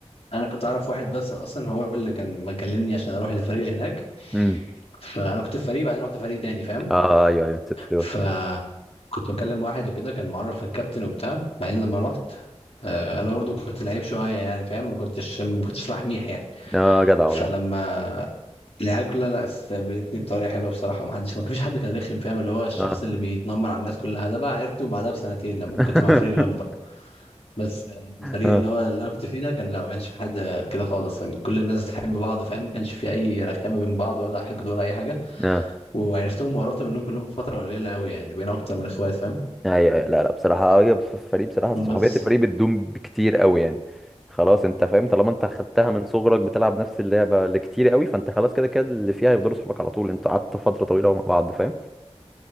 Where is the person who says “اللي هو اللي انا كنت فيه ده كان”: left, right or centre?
Left